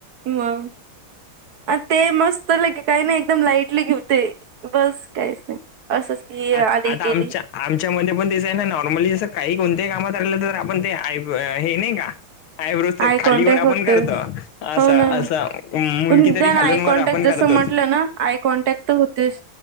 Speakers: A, on the right; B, on the left.
A: मग अ ते मस्त ले काही नाही एकदम लाईटली घेऊते बस काहीच नाही असंच ती
B: आ-
A: आली
B: आता
A: गेली
B: आमच्या आमच्यामध्ये पण तेचयना, नॉर्मली जसं काही कोणत्याही कामात राहिलं तर आपणआय प ते, हे नाही का? आयब्रोज ते
A: आय
B: खालीवर
A: कॉन्टॅक्ट
B: आपण
A: होतेच
B: करतो. असा,
A: हो ना
B: असं मुनकी
A: निदान
B: तरी
A: आय
B: खालूनवर
A: कॉन्टॅक्ट
B: आपण
A: जसं
B: करतोच.
A: म्हटलं ना, आय कॉन्टॅक्ट तर होतेच.